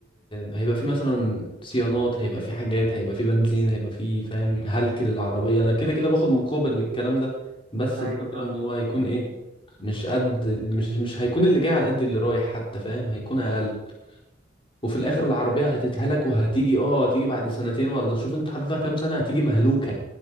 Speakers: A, on the left; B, on the right.
A: هيبقى في مثلا صيانات هيبقى في حاجات هيبقى في بنزين هيبقى في فاهم هلك للعربية انا كده كده باخد مقابل للكلام ده بس
B: ايوه
A: الفكرة
B: فاهمك
A: ان هو هيكون ايه مش قد مش مش هيكون اللي جاي على قد اللي رايح حتى فاهم هيكون اقل وفي الاخر
B: أمم،
A: العربية
B: فعلا
A: هتتهلك وهتيجي اه هتيجي بعد سنتين ولا شوف انت حاططها كام سنة هتيجي مهلوكة